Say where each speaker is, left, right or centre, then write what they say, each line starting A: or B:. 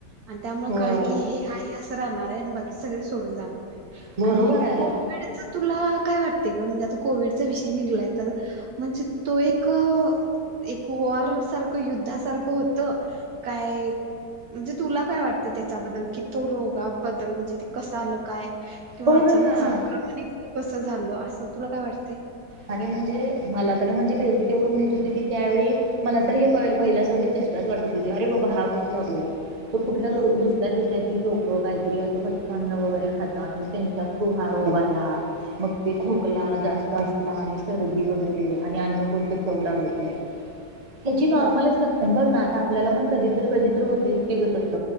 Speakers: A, on the right; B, on the right.
A: आणि त्यामुळे
B: होय
A: कळळे की हे आहे असं राहणार आहे आणि बाकी सगळे सोडून जाणार आहे.
B: बरोबर
A: आणि
B: आहे.
A: कोविडच तुला काय वाटते ग म्हणजे आता कोविडचा विषय निघलाय तर. म्हणजे तो एक. एक वॉर सारखं युद्धासारखं होतं काय म्हणजे तुला काय वाटतं त्याच्याबद्दल की तो रोगाबद्दल म्हणजे कसं आलं काय किंवा
B: बघ
A: अचानक
B: ना
A: संक्रम कसं झालं असं तुला काय वाटतय.
B: खरे म्हणजे मला तर म्हणजे बेसिक एवर माहिती होती की त्यावेळी मला तर हे पगचेा कर हो अरे बा हा कस क <unintelligible>
A: हा
B: देशातील लोक काहीतरी असं कच्न्न वगैरे खातात मग त्यांचा थ्रू हा रोग आला. मग ते खोकला जास्त असत. सदी वगैरे आणि अन्न कोणत चव लागत नाही याची नॉर्मलच
A: हा
B: लक्षण बघ ना आता आपल्याला पण कधीतरी कधीतरी होतयच की अस